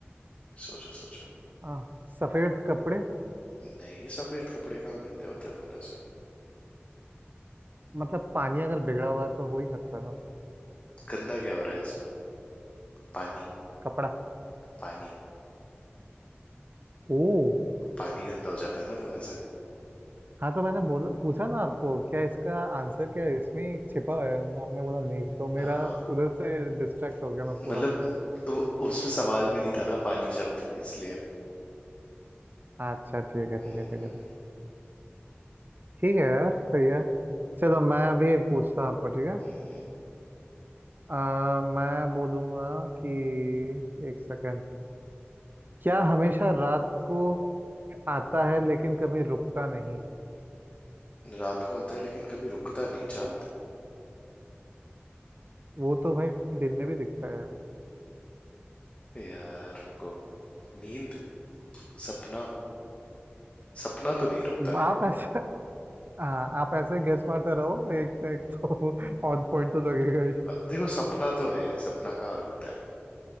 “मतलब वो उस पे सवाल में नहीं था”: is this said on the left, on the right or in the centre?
Left